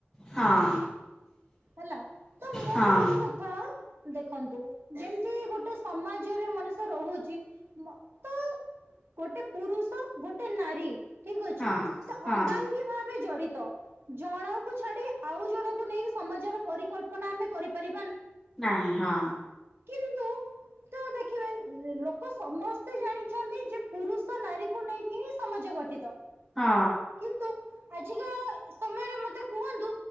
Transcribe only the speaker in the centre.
ହଁ
ହଁ
ହଁ
ହଁ
ନାହିଁ ହଁ।
ହଁ।